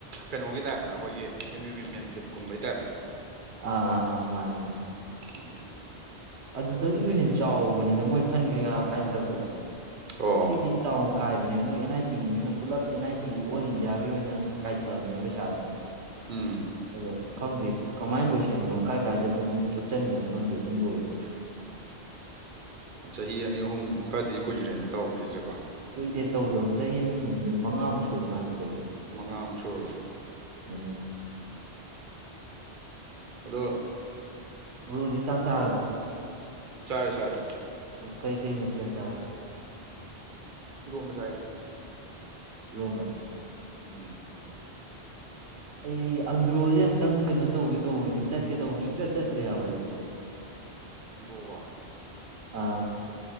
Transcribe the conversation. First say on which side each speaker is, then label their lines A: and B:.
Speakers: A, on the right; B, on the right.
A: ꯀꯩꯅꯣꯒꯤ ꯇꯥꯏꯞꯇ ꯑꯩꯈꯣꯏꯒꯤ ꯑꯦꯝ ꯌꯨꯒꯤ ꯃꯦꯟꯁꯤꯠꯀꯨꯝꯕꯩ ꯇꯥꯏꯞꯇ
B: ꯑꯥ ꯑꯥ ꯑꯥ ꯃꯥꯅꯦ ꯃꯥꯅꯦ
A: ꯎꯝ
B: ꯑꯗꯨꯗꯒꯤꯕꯨ ꯍꯦ ꯆꯥꯎꯕꯅꯤꯗ ꯃꯣꯏ ꯐꯟ ꯀꯩꯀꯥ ꯀꯥꯏꯊꯔꯛꯄꯗꯣ
A: ꯑꯣ
B: ꯁꯤꯗꯤꯟ ꯆꯥꯑꯣꯅꯥꯀꯥꯏ ꯅꯦ ꯃꯣꯏ ꯑꯦꯟ ꯑꯥꯏ ꯇꯤꯒꯤꯅꯤꯅ ꯄꯨꯂꯞ ꯑꯦꯟ ꯑꯥꯏ ꯇꯤꯒꯤ ꯑꯣꯜ ꯏꯟꯗꯤꯌꯥꯒꯤ ꯑꯣꯏꯅ ꯀꯥꯏꯊꯕꯅꯦꯕ ꯄꯩꯁꯥꯗꯣ
A: ꯎꯝ
B: ꯑꯗꯣ ꯈꯪꯗꯦ ꯀꯃꯥꯏꯅ ꯂꯣꯏꯁꯤꯟꯈ꯭ꯔꯅꯣ ꯀꯥꯏ ꯀꯥꯏꯗ ꯑꯗꯨꯝ ꯊꯨꯞꯆꯟꯈ꯭ꯔꯅꯣ ꯈꯪꯗꯦ ꯑꯗꯨꯝ ꯂꯣꯏꯔꯣꯏ
A: ꯆꯍꯤ ꯑꯅꯤ ꯑꯍꯨꯝ ꯈꯔꯗꯤ ꯀꯨꯏꯗ꯭ꯔꯦꯅꯦ ꯇꯧꯔꯛꯇ꯭ꯔꯤꯁꯦꯀꯣ
B: ꯀꯨꯏꯔꯦ ꯇꯧꯗꯕ ꯆꯍꯤ ꯑꯅꯤ ꯑꯍꯨꯝ ꯃꯉꯃꯨꯛ ꯁꯨꯔ ꯃꯥꯜꯂꯦ ꯇꯧꯗꯕ
A: ꯃꯉꯥꯃꯨꯛ ꯁꯨꯔꯕ ꯎꯝ
B: ꯎꯝ
A: ꯑꯗꯣ
B: ꯭ꯕꯔꯣꯗꯤ ꯆꯥꯛ ꯆꯥꯔꯕ
A: ꯆꯔꯦ ꯆꯔꯦ
B: ꯀꯩ ꯀꯩ ꯃꯊꯦꯜ ꯆꯥꯔꯕ
A: ꯏꯔꯣꯝꯕꯥ ꯆꯥꯏ
B: ꯏꯔꯣꯝꯕ
A: ꯎꯝ
B: ꯑꯩ ꯑꯟꯗ꯭ꯔꯣꯁꯦ ꯑꯝꯇꯪ ꯀꯩꯅꯣ ꯇꯧꯒꯦ ꯇꯧꯕꯅꯤꯅ ꯆꯠꯀꯦ ꯇꯧꯕꯅꯤ ꯁꯨꯛꯆꯠ ꯆꯗ꯭ꯔꯤ ꯍꯥꯏꯕ ꯑꯩꯁꯦ <inaudible>
A: <inaudible>
B: ꯑꯥ